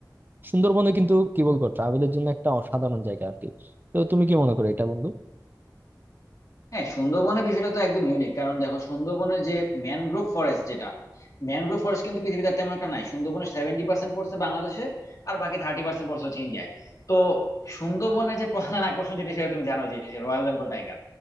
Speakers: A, on the right (about 25°); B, on the left (about 50°).
A: সুন্দরবনে কিন্তু কি বলবো ট্রাভেলের জন্য একটা অসাধারণ জায়গা আর কি তো তুমি কি মনে করো এটা বন্ধু
B: হ্যাঁ সুন্দরবনের বিষয়টা তো একদম ইউনিক কারণ দেখো সুন্দরবনের যে ম্যানগ্রোভ ফরেস্ট যেটা ম্যানগ্রোভ ফরেস্ট কিন্তু পৃথিবীতে আর তেমন একটা নাই সুন্দরবনের সেভেন্টি পার্সেন্ট পড়ছে বাংলাদেশে আর বাকি থার্টি পার্সেন্ট পড়ছে হচ্ছে ইন্ডিয়ায় তো সুন্দরবনের যে প্রধান আকর্ষণ যেটা সেটা তুমি জানো যে রয়্যাল বেঙ্গল টাইগার